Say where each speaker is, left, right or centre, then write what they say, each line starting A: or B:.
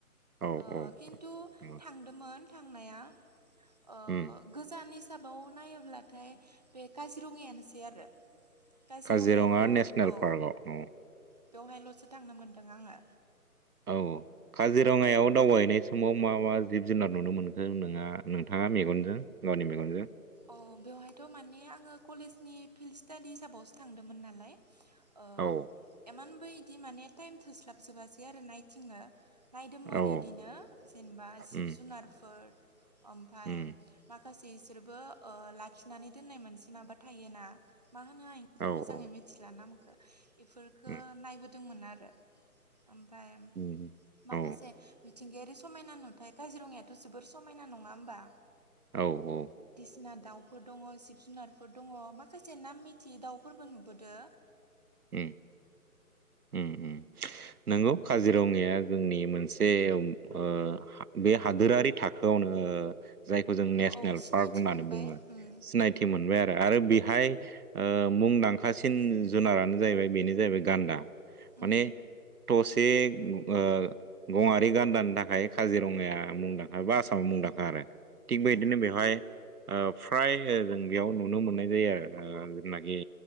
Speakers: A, on the right (about 70°); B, on the right (about 25°).
A: औ
B: ओ
A: औ
B: खिन्थु
A: औ
B: थांदोंमोन थांनाया ओ
A: उम
B: गोजानै हिसाबाव नायोब्लाथाय बे काजिरङायानोसै आरो। काजिरङायाथ'
A: काजिरङा नेसनेल
B: औ
A: पार्कआव औ
B: बेवहायल'सो थांनो मोनदों। मोनदों आङो
A: औ। काजिरङायाव दावबायहैनाय समाव मा मा जिब जुनार नुनो मोनखो नों नोंथाङा मेगनजों गावनि मेगनजों।
B: अ बेवहायथ' माने आङो कलेजनि फिल्ड स्टाडि हि साबावसो थांदोंमोन नालाय ओ
A: औ
B: इमान बायदि माने टाइम थोस्लाबजोबासै आरो नायथिंआ। नायदोंमोन
A: औ
B: बिदिनो जेनेबा जिब
A: उम
B: जुनारफोर ओमफाय
A: उम
B: माखासे बिसोरबो लाखिनानै दोननाय मोनसे माबा थायोना? मा होनो आं बेखौ
A: औ
B: मोजाङै
A: औ
B: मिथिला नामखौ। बेफोरखौ
A: उम
B: नायबोदोंमोन आरो। ओमफ्राय
A: उम
B: माखासे
A: औ
B: मिथिंगायारि समायना नुथाय काजिरङायाथ' जोबोर समायना नङा होमबा।
A: औ औ।
B: बायसिना दाउफोर दङ जिब जुनारफोर दङ माखासे नाम मिथियै दाउफोरबो नुबोदों।
A: उम उम उम नोंगौ काजिरङाया जोंनि मोनसे। जे बे हादोरारि थाखोआवनो जायखौ जों नेसनेल
B: औ सिनायथि
A: पार्क होननानै
B: मोनबाय
A: बुङो
B: उम
A: सिनायथि मोनबाय आरो बे बेहाय ओ मुंदांखासिन जुनारानो जाहैबाय बेनो जाहैबाय गान्दा। माने
B: उम
A: टस बे ओ गङारि गान्दानि थाखाय काजिरङाया मुंदांखा बा आसामा मुंदांखा आरो। थिग बे
B: औ
A: बिदिनो बेहाय। ओ फ्राय ओ बेयाव नुनो मोननाय जायो आरो जेनाखि